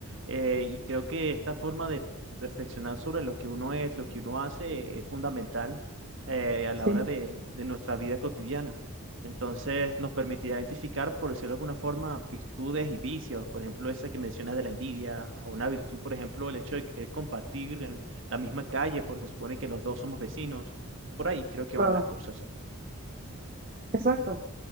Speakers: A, on the right; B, on the right.
A: Eh, y creo que esta forma de reflexionar sobre lo que uno es, lo que uno hace, es fundamental eh, a la
B: sí,
A: hora de, de nuestra vida cotidiana. Entonces nos permitía identificar, por decirlo de alguna forma, virtudes y vicios. Por ejemplo, esa que mencionas de la envidia, o una virtud, por ejemplo, el hecho de querer compartir el- la misma calle, porque supone que los dos somos vecinos. Por ahí creo que
B: claro.
A: van las cosas.
B: Exacto.